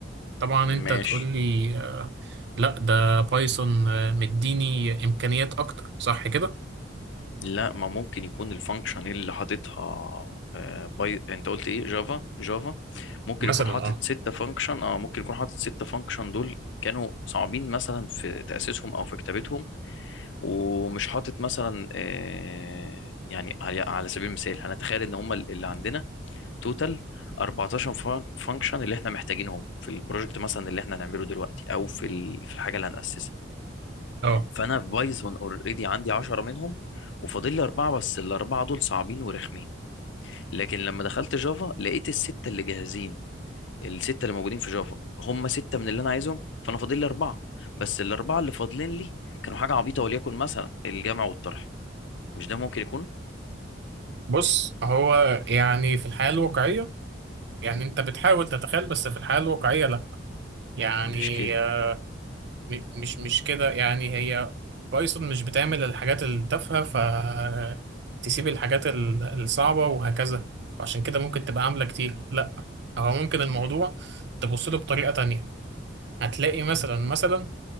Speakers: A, on the right; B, on the left.
A: طبعا
B: ماشي
A: انت تقول لي آه، لا ده بايثون آه، مديني امكانيات اكتر صح كده
B: لا ما ممكن يكون الفانكشن اللي حاططها آه، باي انت قلت ايه جافا جافا ممكن
A: مثلا
B: يكون حاطط
A: اه
B: ستة فانكشن اه ممكن يكون حاطط ستة فانكشن دول كانوا صعبين مثلا في تأسيسهم او في كتابتهم ومش حاطط مثلا آه، يعني على على سبيل المثال هنتخيل ان هم اللي عندنا توتال 14 فانكشن اللي احنا محتاجينهم في البروجكت مثلا اللي احنا هنعمله دلوقتي او في ال- في الحاجة اللي هنأسسها
A: اه
B: فانا في بايثون اوريدي عندي 10 منهم وفاضل لي اربعه بس الاربعه دول صعبين ورخمين لكن لما دخلت جافا لقيت السته اللي جاهزين السته اللي موجودين في جافا هم سته من اللي انا عايزهم فانا فاضل لي اربعه بس الاربعه اللي فاضلين لي كانوا حاجه عبيطه وليكن مثلا الجمع والطرح مش ده ممكن يكون
A: بص هو يعني في الحياة الواقعية يعني انت بتحاول تتخيل بس في الحياة الواقعية لا يعني
B: مش كده
A: آه، م- مش مش كده يعني هي بايثون مش بتعمل الحاجات التافهة فتسيب الحاجات ال- الصعبة وهكذا عشان كده ممكن تبقى عاملة كتير لا هو ممكن الموضوع
B: مم.
A: تبص له بطريقة تانية هتلاقي مثلا مثلا